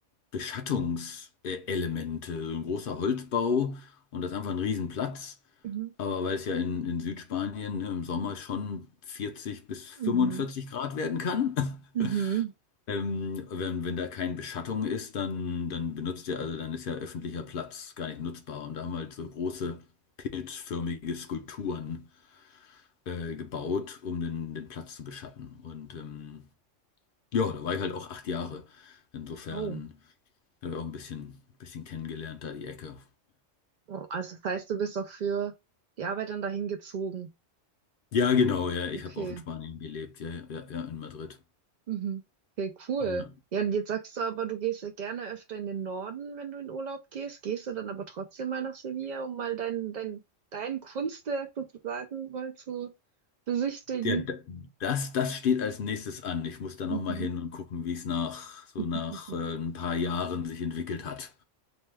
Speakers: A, on the left; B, on the right.
A: Beschattungselemente, so ein großer Holzbau und das ist einfach ein Riesenplatz.
B: Mhm.
A: Aber weil es ja in, in Südspanien, ne, im Sommer schon 40 bis 45
B: Mhm.
A: Grad werden kann, <laughs>
B: Mhm.
A: ähm, wenn, wenn da keine Beschattung ist, dann, dann benutzt ihr, also dann ist ja öffentlicher Platz gar nicht nutzbar. Und da haben wir halt so große pilzförmige Skulpturen äh, gebaut, um den, den Platz zu beschatten. Und ähm, ja, da war ich halt auch acht Jahre. Insofern
B: Oh.
A: habe ich auch ein bisschen, bisschen kennengelernt, da die Ecke.
B: Oh, also das heißt, du bist auch für die Arbeit dann dahin gezogen.
A: Ja, genau, ja, ich
B: Okay.
A: habe auch in Spanien gelebt, ja, ja, ja, in Madrid.
B: Mhm. Okay, cool.
A: Ja.
B: Ja, und jetzt sagst du aber, du gehst ja gerne öfter in den Norden, wenn du in Urlaub gehst. Gehst du dann aber trotzdem mal nach Sevilla, um mal dein, dein, dein Kunstwerk sozusagen mal zu besichtigen?
A: Ja, d- das, das steht als nächstes an. Ich muss da nochmal
B: Mhm.
A: hin und gucken, wie es nach so
B: <laughs>
A: nach äh, ein paar Jahren sich entwickelt hat.